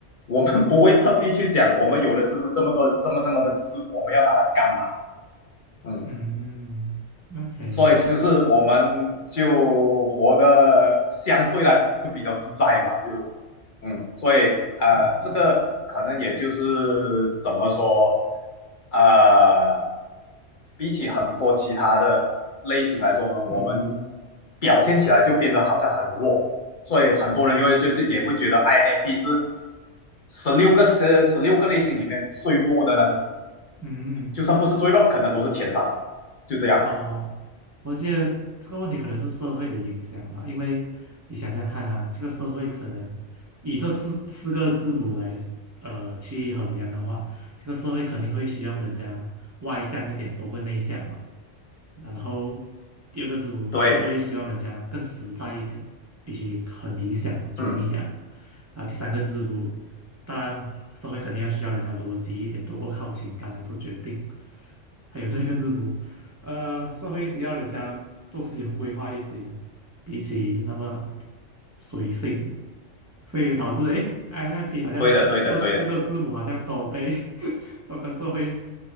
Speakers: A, on the left (about 45°); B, on the right (about 20°).
A: 我们不会特地去讲，我们有了这么这么多这么这么的知识，我们要拿来干嘛？嗯
B: 嗯，OK，
A: 所以就是我们就活得相对来说就比较自在吧，就嗯，所以呃，
B: 明白
A: 这个可能也就是怎么说，呃，比起很多其他的类型来说呢，我们
B: 嗯
A: 表现起来就变得好像很弱，所以很多人就会觉得也会觉得
B: 嗯
A: INFP 是十六个十十六个类型里面最弱的那个，
B: 嗯。
A: 就算不是最弱，可能都是前三，就这样，
B: 哦，我觉得这个问题可能是社会的影响吧，因为你想想看啊，这个社会可能以这四四个字母来呃去衡量的话，这个社会肯定会需要人家外向一点多过内向嘛。然后第二个字母，
A: 对，
B: 社会希望人家更实在一点，必须很理想主义啊。
A: 嗯。
B: 啊，第三个字母，当然社会肯定要需要人家逻辑一点，多过靠情感来做决定。还有这个字母。呃，社会需要人家做事有规划一些，比起那么随性，所以导致诶 i n f p 好像这四个字母好像都被
A: 对的，对的，对的，
B: <laughs> 都跟社会